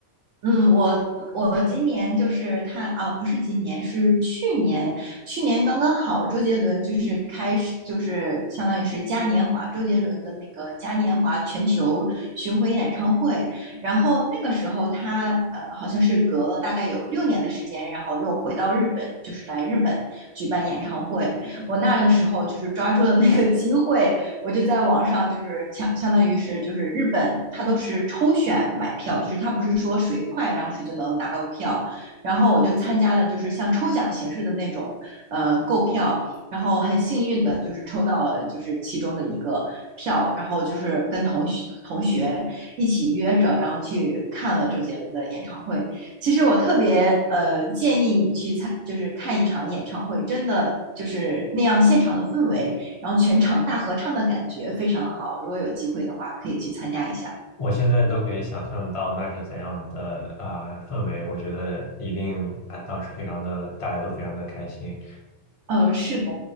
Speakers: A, on the right; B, on the left.
A: 嗯，我我今年就是他啊，不是今年，是去年，去年刚刚好，周杰伦就是开始，就是相当于是嘉年华，周杰伦的那个嘉年华全球巡回演唱会，然后那个时候他呃，好像是隔了大概有六年的时间，然后又回到日本，就是来日本举办演唱会。我那个时候就是抓住了那个机会，我就在网上就是抢，相当于是就是日本，它都是抽选买票，就是它不是说谁快然后谁就能拿到票。然后我就参加了就是像抽奖形式的那种呃购票，然后很幸运的就是抽到了就是其中的一个票，然后就是跟同学同学一起约着，然后去看了周杰伦的演唱会。其实我特别呃建议你去参，就是看一场演唱会，真的就是那样现场的氛围。然后全场大合唱的感觉非常好。如果有机会的话，可以去参加一下。
B: 我现在都可以想象到那是怎样的啊、呃氛围，我觉得一定啊、当时非常的，大家都非常的开心。
A: 嗯，呃是的，